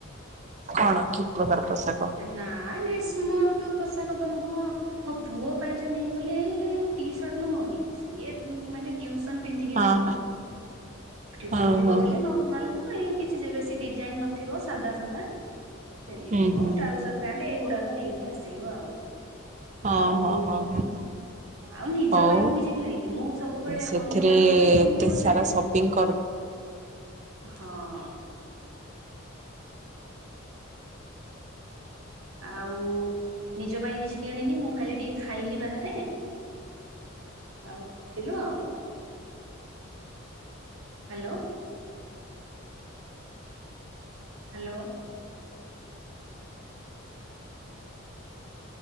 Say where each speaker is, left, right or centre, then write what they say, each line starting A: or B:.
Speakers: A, on the right; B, on the right.
A: କଣ କି ପ୍ରକାର ପୋଷାକ?
B: ନା ଗ୍ରୀଷ୍ମ ର ତ ପୋଷାକ ତ ନୁହଁ। ହଁ ପୁଅ ପାଇଁ ଯ ନେଇଗଲି ଏଇ ଟି ସର୍ଟ ନୁହଁ କି ସିଏ ମାନେ ଟ୍ୟୁସନ ପିନ୍ଧିକି
A: ହଁ
B: ଯିବ। ଟ୍ୟୁସନ
A: ହଁ
B: ଯିବ
A: ହଁ ହଁ ହଁ
B: ବୋଲି ନର୍ମାଲ ମ ଏଇ କିଛି ଯେବେ ଡିଜାଇନ ନଥିବ ସାଧା ସାଧା। ସେମିତିକୁ
A: ହୁଁ ହୁଁ
B: ଟ୍ରାଉଜର ପ୍ୟାଣ୍ଟ ଏଇଗୁଡାକ ନେଇକି ଆସିଲୁ ଆଉ
A: ହଁ
B: ଆଉ
A: ହଁ ହଁ ହଁ
B: ଆଉ ନିଜ
A: ହଉ
B: ପାଇଁ ମୁଁ କିଛି କିଣିନି ମୁଁ ସବୁବେଳେ
A: ସେଥିରେ
B: ଅନ୍ୟମାନଙ୍କ
A: ଏତେ
B: ପାଇଁ କିଣିବାକୁ
A: ସାରା
B: ଯାଏ
A: ସପିଙ୍ଗ କର।
B: ହଁ ଆଉ ନିଜ ପାଇଁ କିଛି କିଣିନି ମୁଁ ଖାଲି ଟିକେ ଖାଇଲି ବାହାରେ ଆଉ ଥିଲୁ ଆଉ। Hello hello